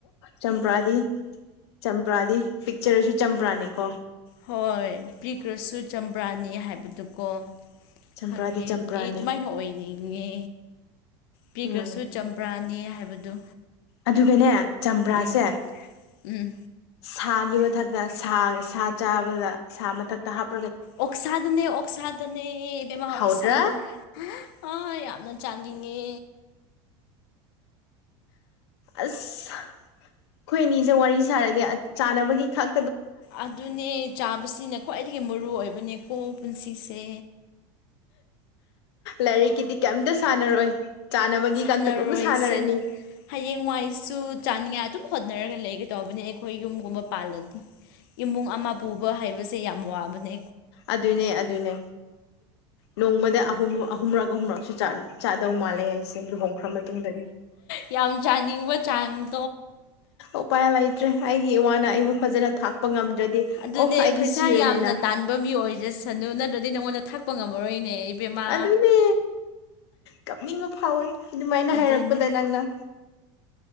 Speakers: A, on the left; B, on the left.
A: ꯆꯝꯄ꯭ꯔꯥꯗꯤ ꯆꯝꯄ꯭ꯔꯥꯗꯤ ꯄꯤꯛꯆꯔꯁꯨ ꯆꯝꯄ꯭ꯔꯥꯅꯤꯀꯣ
B: ꯍꯣꯏ ꯄꯤꯈ꯭ꯔꯁꯨ ꯆꯝꯄ꯭ꯔꯥꯅꯤ ꯍꯥꯏꯕꯗꯨꯀꯣ
A: ꯆꯝꯄ꯭ꯔꯥꯗꯤ
B: ꯈꯪꯉꯦ
A: ꯆꯝꯄ꯭ꯔꯥꯅꯦ
B: ꯑꯩ ꯑꯗꯨꯃꯥꯏꯅ ꯑꯣꯏꯅꯤꯡꯉꯦ ꯄꯤꯈ꯭ꯔꯁꯨ
A: ꯎꯝ
B: ꯆꯝꯄ꯭ꯔꯥꯅꯤ ꯍꯥꯏꯕꯗꯨ
A: ꯑꯗꯨꯒꯅꯦ ꯆꯝꯄ꯭ꯔꯥꯁꯦ
B: ꯎꯝ ꯎꯝ
A: ꯁꯥꯒꯤ ꯃꯊꯛꯇ ꯁꯥ ꯁꯥ ꯆꯥꯕꯗ ꯁꯥ ꯃꯊꯛꯇ ꯍꯥꯄ
B: ꯑꯣꯛꯁꯥꯗꯅꯦ ꯑꯣꯛꯁꯥꯗꯅꯦ ꯏꯕꯦꯝꯃ ꯑꯣꯛꯁꯥꯗ
A: ꯍꯥꯎꯗ꯭ꯔꯥ
B: ꯑ ꯌꯥꯝ ꯌꯥꯝꯅ ꯆꯥꯅꯤꯡꯉꯦ
A: ꯑꯁ ꯑꯩꯈꯣꯏ ꯑꯅꯤꯁꯦ ꯋꯥꯔꯤ ꯁꯥꯅꯔꯗꯤ ꯆꯥꯟꯅꯕꯒꯤ ꯈꯛ
B: ꯑꯗꯨꯅꯦ ꯆꯥꯕꯁꯤꯅ ꯈ꯭ꯋꯥꯏꯗꯒꯤ ꯃꯔꯨ ꯑꯣꯏꯕꯅꯦꯀꯣ ꯄꯨꯟꯁꯤꯁꯦ
A: ꯂꯥꯏꯔꯤꯛꯀꯤꯗꯤ ꯀꯩꯝꯇ ꯁꯥꯟꯅꯔꯣꯏ ꯆꯥꯅꯕꯒꯤ
B: ꯁꯥꯟꯅꯔꯣꯏꯁꯦ
A: ꯈꯛꯇ ꯑꯗꯨꯝ ꯁꯥꯟꯅꯔꯅꯤ
B: ꯍꯌꯦꯡꯋꯥꯏꯁꯨ ꯆꯥꯅꯤꯡꯉꯥꯏ ꯑꯗꯨꯝ ꯍꯣꯠꯅꯔꯒ ꯂꯩꯒ ꯇꯧꯕꯅꯦ ꯑꯩꯈꯣꯏ ꯌꯨꯝꯒꯨꯝꯕ ꯄꯥꯜꯂꯗꯤ ꯏꯃꯨꯡ ꯑꯃ ꯄꯨꯕ ꯍꯥꯏꯕꯁꯦ ꯌꯥꯝ ꯋꯥꯕꯅꯦ
A: ꯑꯗꯨꯅꯦ ꯑꯗꯨꯅꯦ ꯅꯣꯡꯃꯗ ꯑꯍꯨꯝꯛ ꯑꯍꯨꯝꯔꯛ ꯑꯍꯨꯝꯨꯔꯛꯁꯨ ꯆꯥꯗꯧ ꯃꯥꯜꯂꯦ ꯍꯥꯏꯁꯦ ꯂꯨꯍꯣꯡꯈ꯭ꯔ ꯃꯇꯨꯡꯗꯗꯤ
B: ꯌꯥꯝ ꯆꯅꯤꯡꯕ ꯆꯥꯡ
A: ꯎꯄꯥꯏ ꯂꯩꯇ꯭ꯔꯦ ꯑꯩꯒꯤ ꯏ ꯋꯥꯅ ꯑꯩꯕꯨ ꯐꯖꯅ ꯊꯥꯛꯄ ꯉꯝꯗ꯭ꯔꯗꯤ
B: ꯑꯗꯨꯅꯦ
A: ꯑꯣ ꯑꯩꯗꯤ
B: ꯄꯩꯁꯥ
A: ꯁꯤꯔꯅꯤꯅ
B: ꯌꯥꯝꯅ ꯇꯥꯟꯕ ꯃꯤ ꯑꯣꯏꯖꯁꯅꯨ ꯅ ꯑꯗꯨꯗꯤ ꯅꯪꯉꯣꯟꯗ ꯊꯥꯛꯄ ꯉꯝꯃꯔꯣꯏꯅꯦ ꯏꯕꯦꯝꯃ
A: ꯑꯗꯨꯅꯦ ꯀꯞꯅꯤꯡꯕ ꯐꯥꯎꯋꯦ ꯑꯗꯨꯃꯥꯏꯅ ꯍꯥꯏꯔꯛꯄꯗ
B: ꯑꯗꯨꯅꯦ
A: ꯅꯪꯅ